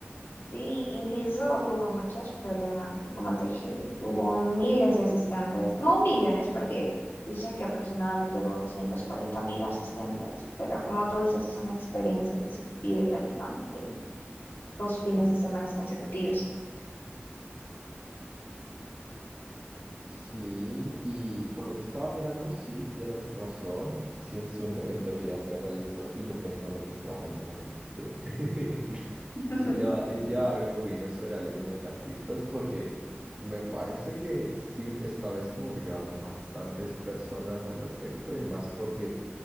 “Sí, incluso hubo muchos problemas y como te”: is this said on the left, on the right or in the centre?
Left